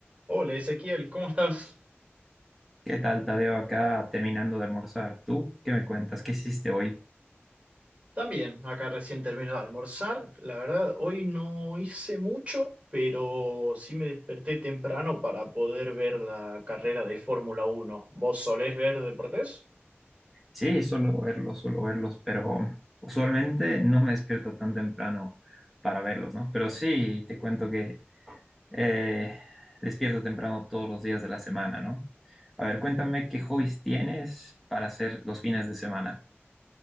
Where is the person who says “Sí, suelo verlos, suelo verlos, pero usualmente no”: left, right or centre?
Centre